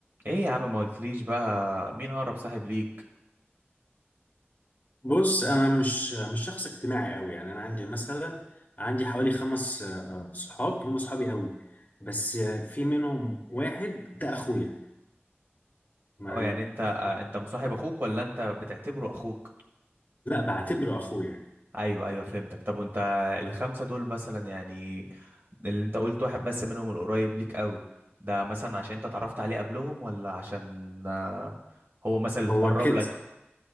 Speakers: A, on the right; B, on the left.
A: ايه يا عم ما قلتليش بقى مين اقرب صاحب ليك
B: بص انا مش مش شخص اجتماعي قوي يعني انا عندي مثلا عندي حوالي خمس آه، صحاب هم صحابي قوي بس آه، في منهم واحد ده اخويا مع
A: اه يعني انت آه،
B: فاهم؟
A: انت مصاحب اخوك ولا انت بتعتبره اخوك
B: لا بعتبره اخويا
A: ايوه ايوه فهمتك طب وانت الخمسه دول مثلا يعني اللي انت قلت واحد بس منهم القريب ليك قوي ده مثلا عشان انت اتعرفت عليه قبلهم ولا عشان آه، هو مثلا اللي
B: هو
A: اتقرب
B: كده
A: لك